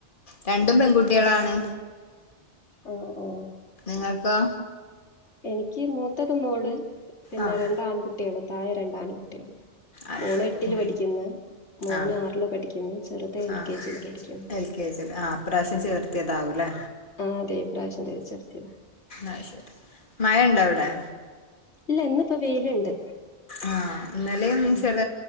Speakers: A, on the left; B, on the left.
A: രണ്ടും പെൺകുട്ടികളാണ്
B: ഓ ഓ
A: നിങ്ങക്കോ
B: എനിക്ക് മൂത്തത് മോള് പിന്നെ
A: ആഹ്
B: രണ്ട് ആൺകുട്ടികള് താഴെ രണ്ട് ആൺകുട്ടികള്
A: അത്
B: മോള്
A: ശരി
B: എട്ടില്
A: ഉം
B: പഠിക്കുന്നു മോന്
A: ആഹ്
B: ആറില് പഠിക്കുന്നു ചെറുത് എൽ
A: ആഹ്
B: കെ ജിയില് പഠിക്കുന്നു
A: എൽ കെ ജിൽ ആ ഇപ്രാവശ്യം ചേർത്തിയതാവൂല്ലേ
B: ആഹ് അതെ ഇപ്രാവശ്യം
A: ആ ശരി മഴ ഉണ്ടോ അവിടെ
B: ഇല്ല ഇന്നിപ്പം വെയിലുണ്ട്
A: ആ ഇന്നലെയും
B: ഉം
A: ചെറ